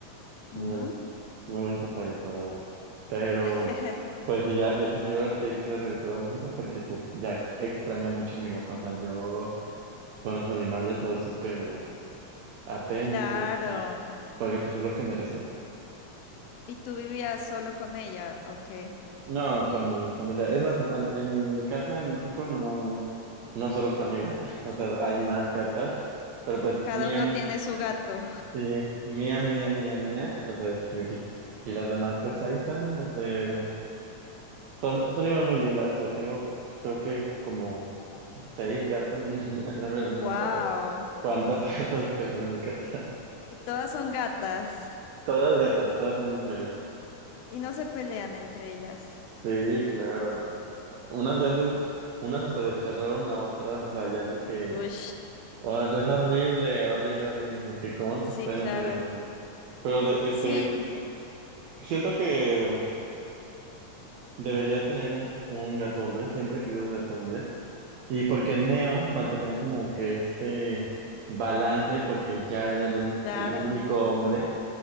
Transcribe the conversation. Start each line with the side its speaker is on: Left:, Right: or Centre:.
Left: Ujú.
Right: Es muy bonito país, la verdad. Pero,
Left: <laughs>
Right: pues sí, ya, ya quisiera, ya quisiera regresar a México porque pues ya extraño mucho a mi gato. O sea, yo con los animales soy súper atento
Left: Claro.
Right: y así, porque pues es lo que
Left: ¿Y
Right: merecen.
Left: y tú vivías solo con ella? Ok.
Right: No, con mi familia. Es más, o sea, en mi casa en México no, no solo está mi gata. <laughs> O sea, hay más gatas, pero pues
Left: Cada
Right: mía,
Left: uno tiene su gato.
Right: sí, mía, mía, mía, mía, o sea, es Sweetie. Y las demás, pues ahí están, no sé, Son, son igual muy lindas, o sea, tengo creo que como seis gatas, <laughs> la verdad no
Left: Wow.
Right: me acuerdo cuántas <laughs> gatas tengo en mi casa.
Left: Y todas son gatas
Right: Todas gatas, todas son mujeres.
Left: y no se pelean entre ellas.
Right: Sí, claro. Unas ya se, unas hasta desterraron a otras, o sea, ya sé que
Left: Uy,
Right: o sea, es horrible, horrible, horrible, porque ¿cómo
Left: sí,
Right: se pueden
Left: claro.
Right: hacer eso? Pero de- este,
Left: Sí,
Right: siento que debería tener un, un gato hombre, siempre he querido un gato hombre. Y porque Neo mantenía como que este balance, porque ya era el, un-
Left: claro.
Right: el único hombre,